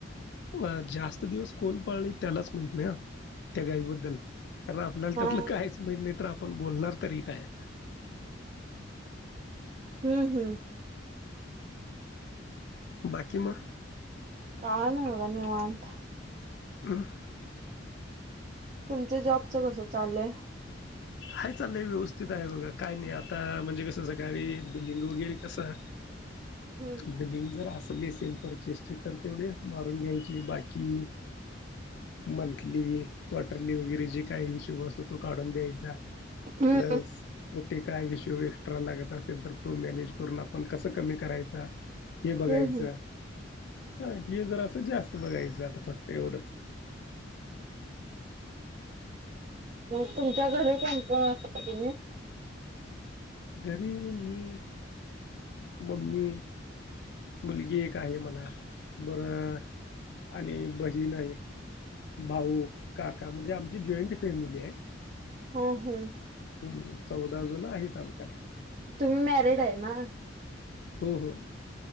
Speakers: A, on the left; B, on the right.
A: अ जास्त दिवस कोण पाळले त्यालाच माहित नाही त्या गाईबद्दल आपल्याला त्यातलं
B: हा.
A: काहीच माहीत नाही तर आपण बोलणार तरी काय?
B: हम्म हम्म.
A: बाकी म
B: काण होग निवा अंत.
A: हम.
B: तुमच्या जॉबच कस चालय.
A: हय चाललंय व्यवस्थित आहे बघा काय नाही आता म्हणजे कसं सकाळी बिल्डिंग वगैरे कसं.
B: हम्म हम्म.
A: बिलिंग जर असली असेल परचेसची तर तेवढे मारून घ्यायचे बाकी मंथली क्वार्टरली वगैरे जे काही इश्यू असतो तो काढून द्यायचा.
B: हम्म
A: ब कुठ? काय विषय एक्स्ट्रा लागत असेल तर तो मॅनेज करून आपण कसं कमी करायचा. हे बघायचं
B: हम्म हम्म.
A: हा हे जर असं जास्त बघायचं आता फक्त एवढंच.
B: मग तुमच्या घरी कोणकण असता तुम्ही
A: घरी मी मम्मी मुलगी एक आहे मला बरं. आणि बहीण नाही. भाऊ काका म्हणजे आमची जॉईंट फॅमिली आहे
B: हा हम
A: हम् चौदा जण आहेत आमच्या
B: तुम्ही एरड आहे ना
A: होम हम